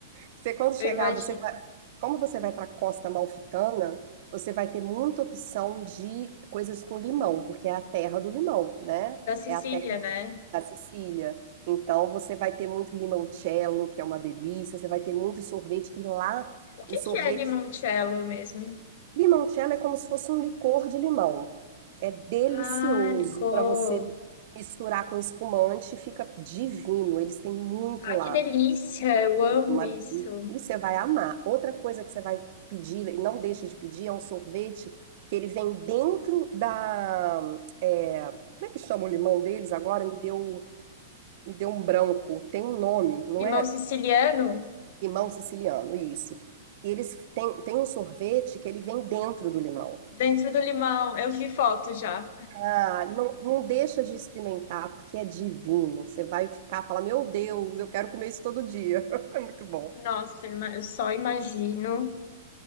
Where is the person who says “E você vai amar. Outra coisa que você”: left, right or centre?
Right